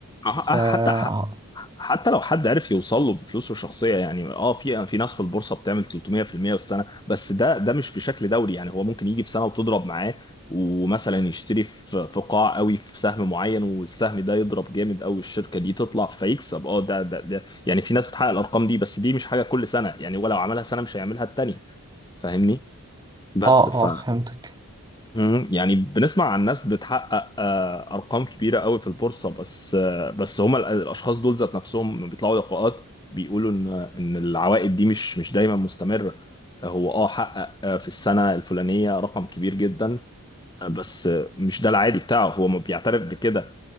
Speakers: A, on the left (about 20°); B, on the right (about 20°).
A: أه- أه-
B: ف
A: حتى
B: آه
A: حتى لو حد عرف يوصل له بفلوسه الشخصيه يعني اه في في ناس في البورصه بتعمل 300% في المية في السنه بس ده ده مش بشكل دوري يعني هو ممكن يجي في سنه وتضرب معاه ومثلا يشتري في في قاع قوي في سهم معين والسهم ده يضرب جامد قوي الشركه دي تطلع فيكسب اه ده ده ده يعني في ناس بتحقق الارقام دي بس دي مش حاجه كل سنه يعني ولو عملها سنه مش هيعملها التانيه فاهمني بس
B: آه
A: ف
B: آه، فهمتك
A: مم. يعني بنسمع عن ناس بتحقق آه، ارقام كبيره قوي في البورصه بس آه، بس هم الاشخاص دول ذات نفسهم لما بيطلعوا لقاءات بيقولوا ان ان العوائد دي مش مش دايما مستمره هو اه حقق آه، في السنه الفلانيه رقم كبير جدا آه، بس آه، مش ده العادي بتاعه هو ما بيعترف بكده